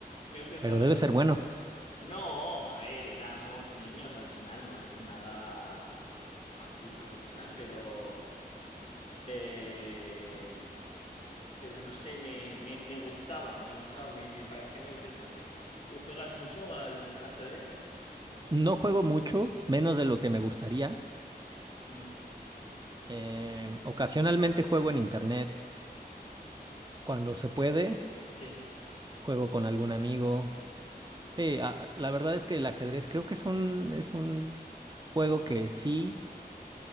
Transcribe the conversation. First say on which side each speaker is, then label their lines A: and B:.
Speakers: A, on the left; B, on the right.
A: Creo que acabé.
B: pero debe ser bueno.
A: No, a ver, éramos niños al final, no es nada así profesional, pero... eh, pero no sé, me, me, me gustaba, me gustaba, me, me parecía muy interesante. ¿Tú juegas mucho al, al ajedrez?
B: No juego mucho, menos de lo que me gustaría.
A: Mm,
B: Em, ocasionalmente juego en internet. Cuando se puede,
A: sí,
B: juego con algún amigo. Sí, a- la verdad es que el ajedrez creo que es un, es un juego que sí